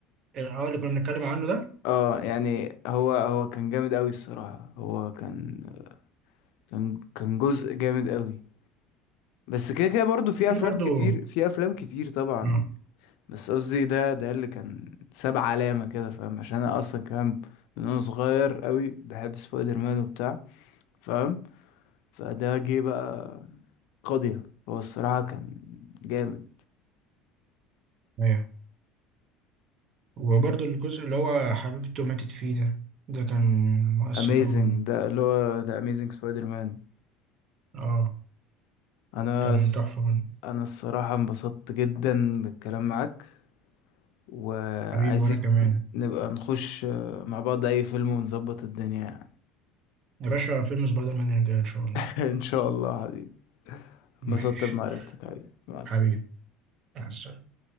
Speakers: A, on the right; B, on the left.
A: اه اللي كنا بنتكلم عنه ده
B: اه يعني هو هو كان جامد قوي الصراحة هو كان كان كان جزء جامد قوي بس كده كده برضه في
A: في
B: افلام
A: برضو
B: كتير في افلام كتير طبعا
A: اه
B: يعني بس قصدي ده ده اللي كان ساب علامة كده فاهم عشان انا اصلا كمان من وانا صغير قوي بحب سبايدر مان وبتاع فاهم فده جه بقى قضية هو الصراحة كان جامد
A: ايوه وبرضه الجزء اللي هو حبيبته ماتت فيه ده ده كان مؤثر
B: اميزنج
A: أوي برضه
B: ده اللي هو ده اميزنج سبايدر مان
A: اه
B: انا
A: كان
B: الص-
A: تحفة برضه
B: انا الصراحة انبسطت جدا بالكلام معاك وعايزين
A: حبيبي وأنا كمان
B: نبقى نخش آه، مع بعض أي فيلم ونظبط الدنيا يعني
A: يا باشا فيلم سبايدر مان يرجع إن شاء الله
B: <laughs> إن شاء الله حبيبي
A: ماشي
B: انبسطت بمعرفتك حبيبي مع السلامة
A: حبيبي مع السلامة